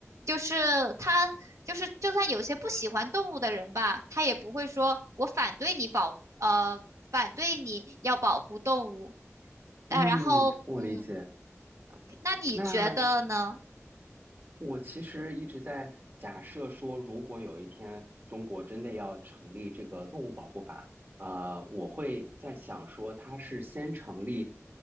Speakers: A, on the right (about 75°); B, on the right (about 45°).
A: 就是他就是就算有些不喜欢动物的人吧，他也不会说我反对你保呃反对你要保护动物。但然后嗯，
B: 嗯，我理解。
A: 那你觉得呢？
B: 那我其实一直在假设说，如果有一天中国真的要成立这个动物保护法，呃，我会在想说，它是先成立